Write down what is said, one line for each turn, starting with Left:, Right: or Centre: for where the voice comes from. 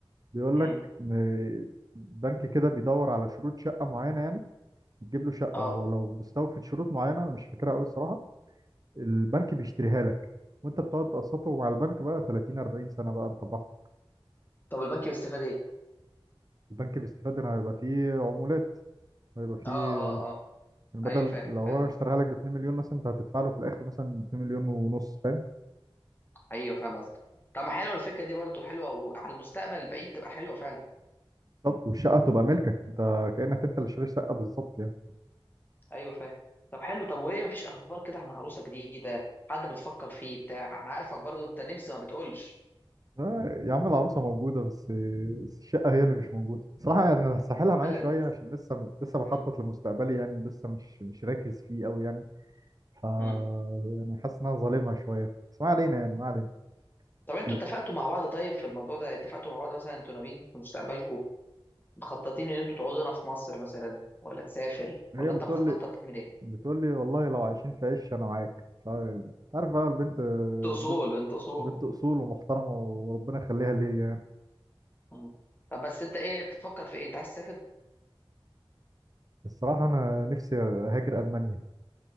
Right: بيقول
Left: امم
Right: لك ان بنك كده بيدور على شروط شقه معينه يعني بتجيب له شقه
Left: اه
Right: ولو مستوفت شروط معينه انا مش فاكرها قوي الصراحه البنك بيشتريها لك وانت بتقعد تقسطه مع البنك بقى 30 40 سنه بقى انت براحتك
Left: طب البنك بيستفاد ايه
Right: البنك بيستفاد ان هيبقى فيه عمولات هيبقى فيه
Left: اه اه اه
Right: يعني
Left: ايوه
Right: بدل
Left: فاهم
Right: لو
Left: فاهم
Right: هو اشتراها لك ب 2 مليون مثلا انت هتدفع له في الاخر مثلا 2 مليون ونص فاهم
Left: ايوه فاهم قصدك طب ما حلوه الفكره دي برضو حلوه وعلى المستقبل البعيد تبقى حلوه فعلا
Right: بالظبط والشقه تبقى ملكك انت كانك انت اللي شاري شقه بالظبط يعني
Left: ايوه فاهم طب حلو طب وايه مفيش اخبار كده عن عروسه جديده حد بتفكر فيه بتاع انا عارفك برضو انت نمسي ما بتقولش
Right: آه، يا عم العروسة موجودة بس بس الشقة هي اللي مش موجودة صراحة يعني أنا هسحلها
Left: ولد
Right: معايا شوية عشان لسه لسه بخطط
Left: امم
Right: لمستقبلي يعني لسه مش مش راكز فيه أوي يعني ف
Left: امم
Right: يعني حاسس إن أنا ظالمها شوية بس ما علينا يعني ما علينا
Left: طب انتوا
Right: ال-
Left: اتفقتوا مع بعض طيب في الموضوع ده اتفقتوا مع بعض مثلا انتوا ناويين في مستقبلكم مخططين ان انتوا تقعدوا هنا في مصر مثلا ولا تسافر
Right: هي
Left: ولا
Right: بتقول
Left: انت مخطط
Right: لي
Left: تعمل ايه
Right: بتقول لي والله لو عايشين في عش أنا معاك ف أنت عارف بقى البنت البنت
Left: انت اصول انت اصول
Right: بنت أصول ومحترمة وربنا يخليها ليا يعني
Left: امم طب بس انت ايه بتفكر في ايه انت عايز تسافر
Right: الصراحة أنا نفسي أهاجر ألمانيا